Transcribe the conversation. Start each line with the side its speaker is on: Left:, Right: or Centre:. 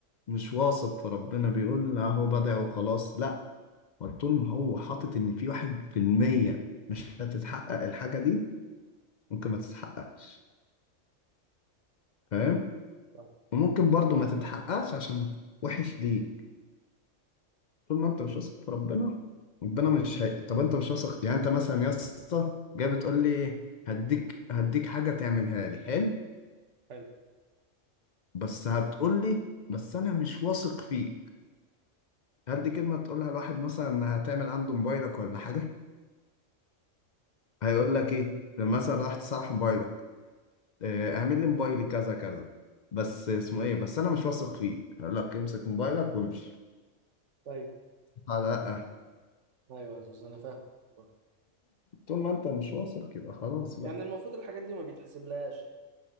Left: مش واثق في ربنا بيقول لا هو بدع وخلاص لا هو طول ما هو حاطط ان في واحد في المية مش هتتحقق الحاجه دي ممكن ما تتحققش فاهم
Right: صح.
Left: وممكن برضو ما تتحققش عشان وحش ليه طول ما انت مش واثق في ربنا ربنا مش هي... طب انت مش واثق يعني انت مثلا يا اسطى جاي بتقول لي هديك هديك حاجه تعملها لي حلو
Right: حلو
Left: بس هتقول لي بس انا مش واثق فيك هل دي كلمه تقولها لواحد مثلا هتعمل عنده موبايلك ولا حاجه هيقول لك ايه لما مثلا راح تصلح موبايلك اه، اعمل لي موبايلي كذا كذا بس اسمه ايه بس انا مش واثق فيك هقول لك امسك موبايلك وامشي
Right: طيب
Left: لا لا
Right: ايوه يا زوز انا فاهم والله.
Left: طول ما انت مش واثق يبقى خلاص بقى
Right: يعني المفروض الحاجات دي ما بيتحسبلهاش يعني